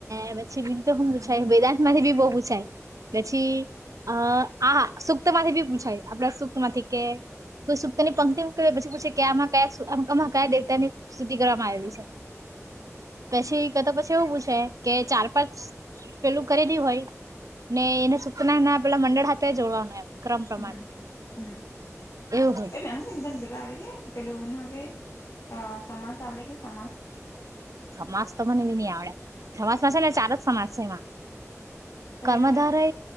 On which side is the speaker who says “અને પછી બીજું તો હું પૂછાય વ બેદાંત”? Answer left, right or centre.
Right